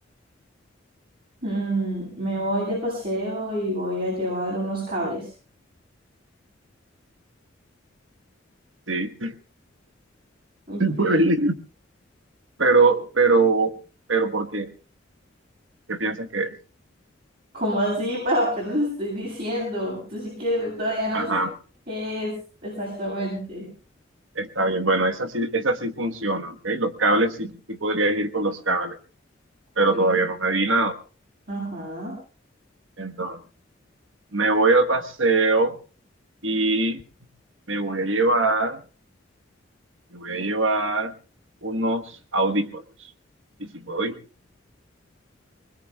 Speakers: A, on the right; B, on the right.
A: Mm, me voy de paseo y voy a llevar unos cables.
B: Sí, <laughs>
A: Ok.
B: sí puedo ir. Pero, pero, pero, ¿por qué? ¿Qué piensas que es?
A: ¿Cómo así? Pues apenas estoy diciendo. Tú sí que todavía no
B: Ajá,
A: sé qué es exactamente.
B: está bien. Bueno, esa sí, esa sí funciona, ¿ok? Los cables sí, sí podrías ir con los cables.
A: Ok.
B: pero todavía no he dinado.
A: Ajá.
B: Entonces, me voy al paseo y me voy a llevar, me voy a llevar unos audífonos. Y si puedo ir,